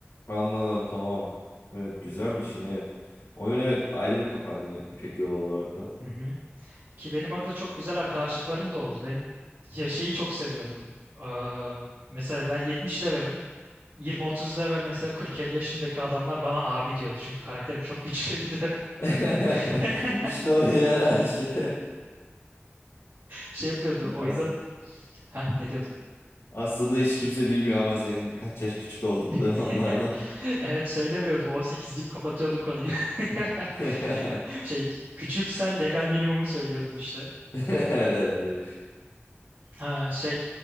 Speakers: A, on the left (about 80°); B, on the right (about 45°).
A: Anladım tamam. Evet güzelmiş yine evet. Oyun evet ayrı bir kafa hani İpek yolu olarak da.
B: Hı hı. Ki benim orada çok güzel arkadaşlıklarım da oldu. Ben ya şeyi çok seviyordum. Aa, mesela ben 70 levelim. 20-30 level mesela 40-50 yaşındaki adamlar bana abi diyordu. Çünkü karakterim çok güçlüydü.
A: <laughs>
B: <laughs>
A: İşte o yer her şey.
B: Şey yapıyordu
A: <laughs>
B: oyunda...
A: Aslında,
B: Ha ne diyordun?
A: aslında hiç kimse bilmiyor ama senin kaç yaş küçük oldukları
B: <laughs>
A: onlardan.
B: Evet söylemiyordum. 18 deyip kapatıyordu konuyu. <laughs>
A: <laughs>
B: Şey küçüksen legal minimumu söylüyordun işte.
A: Evet herhalde.
B: Ha, şey